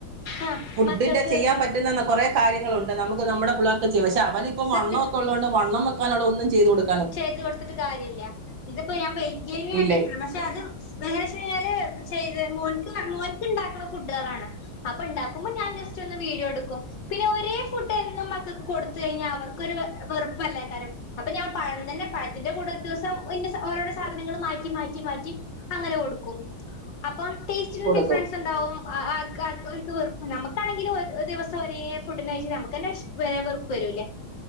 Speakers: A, on the left (about 60°); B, on the right (about 70°).
A: ആ
B: ഫുഡിന്റെ
A: മക്കൾക്ക്
B: ചെയ്യാൻ പറ്റുന്ന കൊറെ കാര്യങ്ങളുണ്ട് നമുക്ക് നമ്മുടെ പിള്ളേർക്ക് ചെയ്യാൻ പക്ഷെ അവനിപ്പം
A: സത്യം
B: വണ്ണ ഒക്കെ ഉള്ളോണ്ട് വണ്ണം വെക്കാനുള്ള ഒന്നും ചെയ്ത് കൊടു-
A: ചെയ്തു കൊടുത്തിട്ട് കാര്യല്ല ഇതിപ്പം ഞാൻ വെല്യയ്ന് വേണ്ടിട്ടുള്ള
B: ഇല്ലേ
A: പക്ഷെ അത് എന്ത് വച്ച് കയ്ഞ്ഞാല് ചെയ്ത് മോൻക്ക് മോൻക്ക് ണ്ടാക്ക്ണ ഫുഡ് അതാണ് അപ്പം ഇ ണ്ടാക്കുമ്പം ഞാൻ ജസ്റ്റ് ഒന്ന് വീഡിയോ എ ട്ക്കും പിന്നെ ഒരേ ഫുഡ് എന്നും മക്കക്ക് കൊടുത്ത് കയ്ഞ്ഞാ അവർക്കൊരു വെറുപ്പല്ലെകാരം അപ്പം ഞാൻ പഴം തന്നെ പഴത്തിന്റെ കൂടെ ഒരു ദിവസം ഓരോസാധനങ്ങളൾ മാറ്റി മാറ്റി മാറ്റി മാറ്റി അങ്ങനെ കൊടുക്കും അപ്പ ടേസ്റ്റിനുംഡിഫറൻസ്
B: കൊടുക്കും
A: ഇണ്ടാവും ആഹ് ആർക്കാർക്കാ വെറുപ്പ് നമക്കാണെങ്കിൽ ഒരു ദിവസം ഒരേ ഫുഡിന കഴിച്ച നമുക്ക്ന്നെ വേണെ വെർപ്പ്‌ വരുലെ